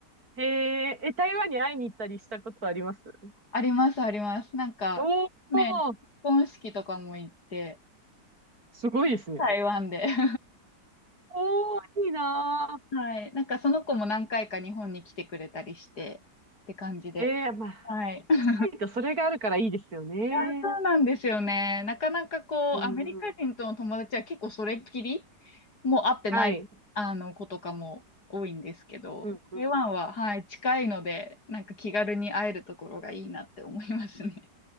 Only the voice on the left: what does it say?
あります、あります。なんか、
ね、結婚式とかも行って、
台湾で。<laughs>
はい。<laughs> なんかその子も何回か日本に来てくれたりして、って感じで。
はい。<laughs>
いや、そうなんですよね。なかなかこう、
アメリカ人との友達は結構それっきり、もう会ってない、
あの、子とかも多いんですけど、
台湾は、はい、近いので、なんか気軽に会えるところがいいなって思いますね。